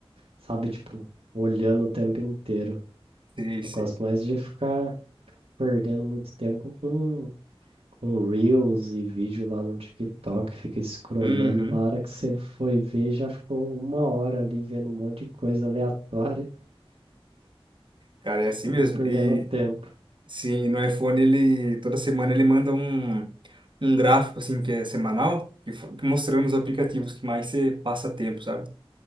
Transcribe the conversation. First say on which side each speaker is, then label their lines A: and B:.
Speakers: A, on the right; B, on the right.
A: sabe, tipo, olhando o tempo inteiro.
B: Sei,
A: Eu
B: sei.
A: gosto mais de ficar perdendo muito tempo com, com Reels e vídeo lá no TikTok, fica scrollando
B: Uhum.
A: lá, a hora que você foi ver, já ficou uma hora ali vendo um monte de coisa aleatória
B: Cara, é assim
A: <laughs>
B: mesmo.
A: e perdendo
B: e
A: tempo.
B: Sim, no iPhone ele toda semana ele manda um, um gráfico assim que é semanal, que, fa- que mostrando os aplicativos que mais você passa tempo, sabe?